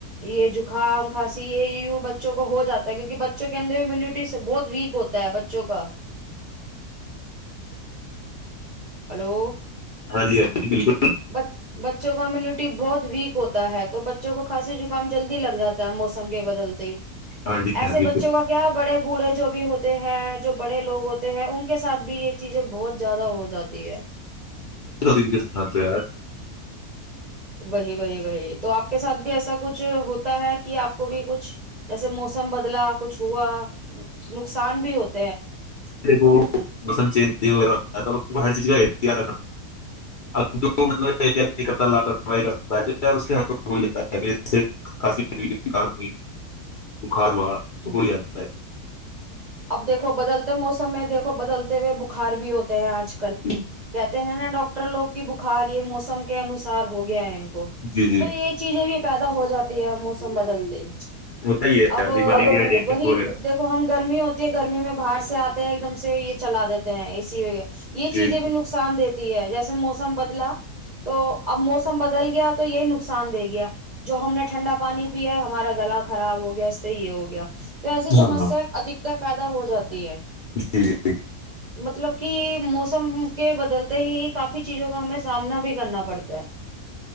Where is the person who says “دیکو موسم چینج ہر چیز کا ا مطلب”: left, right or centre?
Left